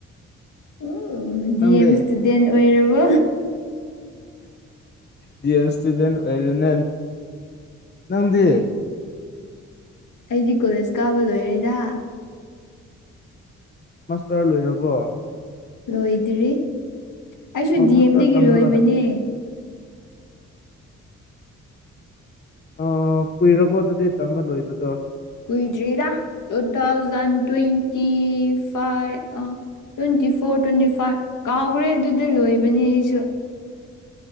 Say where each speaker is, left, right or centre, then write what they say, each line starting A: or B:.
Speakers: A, on the left (about 60°); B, on the left (about 30°).
A: ꯎ ꯗꯤ
B: ꯅꯪꯗꯤ
A: ꯑꯦꯝ ꯏꯁꯇꯨꯗꯦꯟ ꯑꯣꯏꯔꯕꯣ
B: ꯗꯤ ꯑꯦꯝ ꯏꯁꯇꯨꯗꯦꯟ ꯑꯣꯏꯔꯦꯅꯦ ꯅꯪꯗꯤ
A: ꯑꯩꯗꯤ ꯀꯣꯂꯦꯖ ꯀꯥꯕ ꯂꯣꯏꯔꯦꯗ
B: ꯃꯥꯁꯇꯔ ꯂꯣꯏꯔꯕꯣ
A: ꯂꯣꯏꯗ꯭ꯔꯤ ꯑꯩꯁꯨ
B: ꯑꯣ
A: ꯗꯤ
B: ꯃꯥꯁꯇꯔ
A: ꯑꯦꯝꯗꯒꯤ
B: ꯇꯝꯔꯒ
A: ꯂꯣꯏꯕꯅꯦ
B: ꯂꯩ ꯑ ꯀꯨꯏꯔꯕꯣ ꯑꯗꯨꯗꯤ ꯇꯝꯕ ꯂꯣꯏꯕꯗꯣ
A: ꯀꯨꯏꯗ꯭ꯔꯤꯗ ꯇꯨꯊꯥꯎꯖꯟ ꯇꯣꯏꯟꯇꯤ ꯐꯥꯏꯚ ꯑ ꯇ꯭ꯋꯦꯟꯇꯤ ꯐꯣꯔ ꯇ꯭ꯋꯦꯟꯇꯤ ꯐꯥꯏꯚ ꯀꯥꯎꯈ꯭ꯔꯦ ꯑꯗꯨꯗ ꯂꯣꯏꯕꯅꯤ ꯑꯩꯁꯨ